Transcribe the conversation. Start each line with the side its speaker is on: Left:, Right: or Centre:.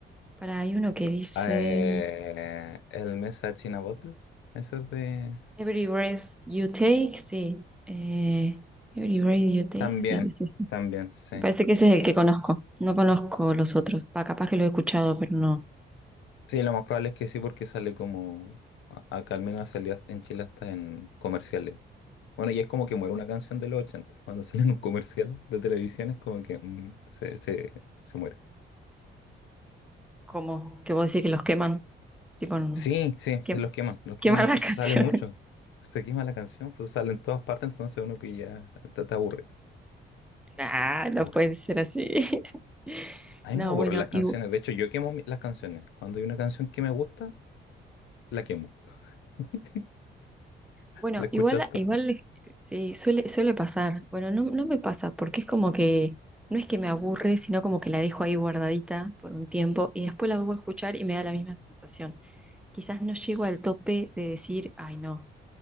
Centre: Para, hay uno que dice
Left: Eh, el Message in a Bottle. Eso es de.
Centre: Every breath you take, sí. Eh, Every breath you take,
Left: También,
Centre: sí, sí, sí.
Left: también, sí.
Centre: Me parece que ese es el que conozco. No conozco los otros. Pa, capaz que lo he escuchado, pero no.
Left: Sí, lo más probable es que sí, porque sale como. a- Acá al menos salía en Chile hasta en comerciales. Bueno, y es como que muere una canción de los 80 Cuando <laughs> sale en un comercial de televisión es como que mm, se, se, se muere.
Centre: Como que vos decís que los queman, tipo,
Left: Sí, sí,
Centre: que-
Left: se los queman. Los queman
Centre: queman
Left: es
Centre: las
Left: que se
Centre: <laughs> canciones.
Left: sale mucho. Se quema la canción, pues sale en todas partes, entonces uno que ya te, te aburre.
Centre: Ah,
Left: Te
Centre: no
Left: aburre.
Centre: puede ser así. <laughs>
Left: A mí
Centre: No,
Left: me aburren
Centre: bueno,
Left: las canciones.
Centre: y,
Left: De hecho, yo quemo mi- las canciones. Cuando hay una canción que me gusta, la quemo. <laughs>
Centre: bueno,
Left: La escucho
Centre: igual,
Left: hasta
Centre: igual sí, suele, suele pasar. Bueno, no, no me pasa, porque es como que, no es que me aburre, sino como que la dejo ahí guardadita por un tiempo y después la vuelvo a escuchar y me da la misma sensación. Quizás no llego al tope de decir, ay no,